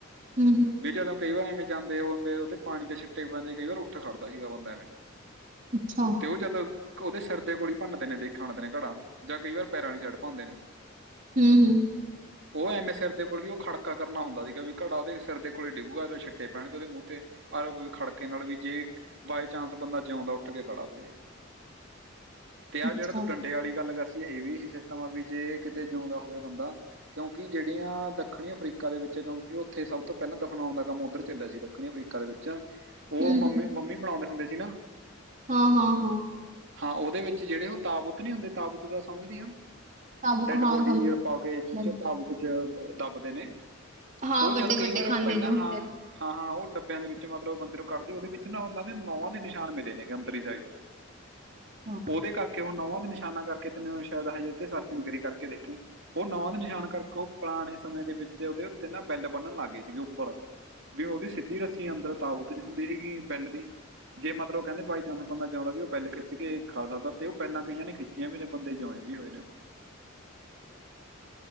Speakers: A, on the right; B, on the right.
A: ਹਮ, ਹਮ।
B: ਵੀ ਜਦੋਂ ਕਈ ਵਾਰ ਐਵੇਂ ਜਾਂਦੇ ਹੁੰਦੇ ਉਹਦੇ ਪਾਣੀ ਦੇ ਸਿੱਟੇ ਪੈਂਦੇ ਕਈ ਵਾਰ ਉੱਠ ਖੜਦਾ ਸੀਗਾ ਬੰਦਾ ਐਵੇਂ
A: ਅੱਛਾ
B: ਤੇ ਉਹਜ ਤਾਂ ਉਹਦੇ ਸਰਿਰਦੇ ਕੋਲ ਭੰਨਦੇ ਨੇ ਦੇਖਣਦੇ ਨੇ ਘੜਾ ਜਾਂ ਕਈ ਵਾਰ ਪੈਰਾਂ ਵਾਲੀ ਸਾਈਡ ਪਾਉਂਦੇ ਨੇ
A: ਹਮ, ਹਮ।
B: ਉਹ ਐਵੇਂ ਸਿਰ ਦੇ ਕੋਲ ਵੀ ਉਹ ਖੜਕਾ ਕਰਨਾ ਹੁੰਦਾ ਸੀਗਾ ਵੀ ਘੜਾ ਉਹਦੇ ਸਿਰ ਦੇ ਕੋਲ ਡਿੱਗੂਗਾ ਛਿੱਟੇ ਪੈਣਗੇ ਉਹਦੇ ਮੂੰਹ ਤੇ ਆਰੋ ਖੜਕੇ ਨਾਲ ਵੀ ਜੇ ਬਾਏ ਚਾਂਸ ਬੰਦਾ ਜਿਉਂਦਾ ਉੱਠ ਕੇ ਖੜਾ ਹੋ ਜਾੇ ਤੇ ਆਹ
A: ਅੱਛਾ
B: ਜਿਹੜਾ ਤੂੰ ਡੰਡੇ ਵਾਲੀ ਗੱਲ ਕਸੀਏ ਇਹ ਵੀ ਸਿਸਟਮ ਆ ਵੀ ਜੇ ਕਿਤੇ ਜਿਉਂਦਾ ਹੋਵੇ ਬੰਦਾ ਕਿਉਂਕਿ ਜਿਹੜੀਆਂ ਦੱਖਣੀ ਅਫਰੀਕਾ ਦੇ ਵਿੱਚ ਕਿਉਂਕਿ ਉੱਥੇ ਸਭ ਤੋਂ ਪਹਿਲਾਂ ਦਫ਼ਨਾਉਣ ਦਾ ਕੰਮ ਉੱਧਰ ਚੱਲਿਆ ਸੀ ਦੱਖਣੀ ਅਫਰੀਕਾ ਦੇ ਵਿੱਚ ਉਹ
A: ਹੂੰ
B: ਮੰਮੀ,
A: ਹੂੰ
B: ਮੰਮੀ ਬਣਾਉਂਦੇ ਹੁੰਦੇ ਸੀ ਨਾ
A: ਹਾਂ, ਹਾਂ, ਹਾਂ।
B: ਹਾਂ ਉਹਦੇ ਵਿੱਚ ਜਿਹੜੇ ਉਹ ਤਾਬੁਤ ਨੀ ਹੁੰਦੇ ਤਾਬੁਤ ਤਾਂ ਸਮਝਦੀ ਆ
A: ਸਾਬੁਕ
B: ਡੈਡ
A: ਹਾਂ
B: ਬੋਡੀ ਪਾ ਕੇ
A: ਸਮਝ
B: ਜੀ ਕੁਛ ਦੱਬਦੇ ਨੇ
A: ਹਾਂ
B: ਉਹ ਜਿਆਦਾ
A: ਵੱਡੇ
B: ਕਈ
A: ਵੱਡੇ
B: ਵਾਰ
A: ਖਾਨੇ
B: ਪਹਿਲਾ
A: ਜੋ ਹੁੰਦੇ
B: ਹਾਂ ਹਾਂ ਹਾਂ ਉਹ ਡੱਬਿਆਂ ਦੇ ਵਿੱਚ ਮਤਲਬ ਬੰਦੇ ਨੂੰ ਕੱਢਦੇ ਉਹਦੇ ਵਿੱਚ ਨਾ ਉਹਨਾਂ ਦੇ ਨੂੰਹ ਦੇ ਨਿਸ਼ਾਨ ਮਿਲੇ ਨੇਗੇ ਅੰਦਰ ਦੀ ਸਾਈਡ <unintelligible>
A: ਹਾਂ।
B: ਉਹਦੇ ਕਰਕੇ ਹੁਣ ਨੂੰਹਾਂ ਦੇ ਨਿਸ਼ਾਨਾ ਕਰਕੇ ਤੈਨ ਸ਼ਾਇਦ ਹਜੇ ਸਰਚ ਨੀ ਕਰੀ ਕਰਕੇ ਦੇਖੀ ਉਹ ਨੂੰਹਾਂ ਦੇ ਨਿਸ਼ਾਨ ਕਰਕੇ ਉਹ ਪੁਰਾਣੇ ਸਮੇਂ ਦੇ ਵਿੱਚ ਉਹਦੇ ਉੱਤੇ ਨਾ ਬੈਲ ਬੰਨਨ ਲੱਗ ਗਏ ਸੀਗੇ ਉੱਪਰ ਵੀ ਉਹਦੀ ਸਿੱਧੀ ਰੱਸੀ ਅੰਦਰ ਤਾਾਬਤ ਚ ਹੁੰਦੀ ਸੀਗੀ ਬਿੱਲ ਦੀ ਜੇ ਮਤਲਬ ਕਹਿੰਦੇ ਬਏ ਚਾਂਸ ਬੰਦਾ ਜਾਂਉਦਾ ਉਹ ਬੈਲ ਖਿੱਚ ਖਾ ਸਕਦਾ ਤੇ ਉਹ ਬੈਲਾਂ ਕਈਆਂ ਨੇ ਖਿੱਚ ਬੱਚ ਵੀ ਬੰਦੇ ਜੁਆਇਨ ਵੀ ਹੋਏ ਨੇ ਉਹ